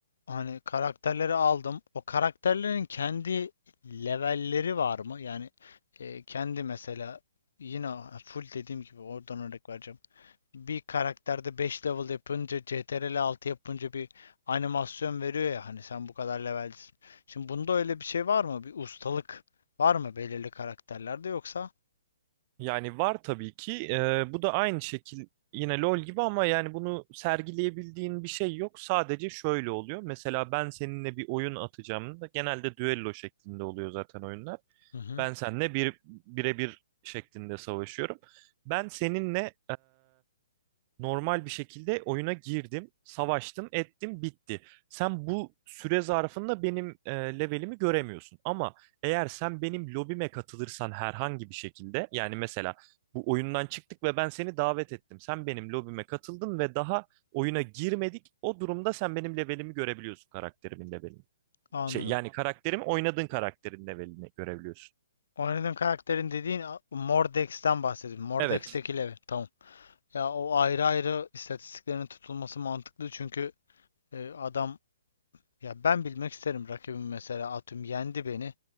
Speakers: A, on the left (about 80°); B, on the right (about 35°).
A: hani karakterleri aldım. O karakterlerin kendi levelleri var mı? Yani e, kendi mesela yine o- full dediğim gibi oradan örnek vereceğim. Bir karakterde 5 level yapınca CTRL altı yapınca bir animasyon veriyor ya hani sen bu kadar levelsin. Şimdi bunda öyle bir şey var mı? Bir ustalık var mı belirli karakterlerde yoksa?
B: Yani var tabii ki. Ee, bu da aynı şekil yine LoL gibi ama yani bunu sergileyebildiğin bir şey yok. Sadece şöyle oluyor. Mesela ben seninle bir oyun atacağım da genelde düello şeklinde oluyor zaten oyunlar.
A: Hı hı,
B: Ben seninle bir birebir şeklinde savaşıyorum. Ben seninle normal bir şekilde oyuna girdim, savaştım, ettim, bitti. Sen bu süre zarfında benim e, levelimi göremiyorsun. Ama eğer sen benim lobime katılırsan herhangi bir şekilde, yani mesela bu oyundan çıktık ve ben seni davet ettim. Sen benim lobime katıldın ve daha oyuna girmedik. O durumda sen benim levelimi görebiliyorsun, karakterimin levelini.
A: anladım.
B: Şey, yani karakterim oynadığın karakterin levelini görebiliyorsun.
A: Oynadığın karakterin dediğin a, Mordex'ten bahsediyorum. Mordex'teki
B: Evet.
A: level. Tamam. Ya o ayrı ayrı istatistiklerin tutulması mantıklı çünkü e, adam ya ben bilmek isterim rakibim mesela atıyorum yendi beni.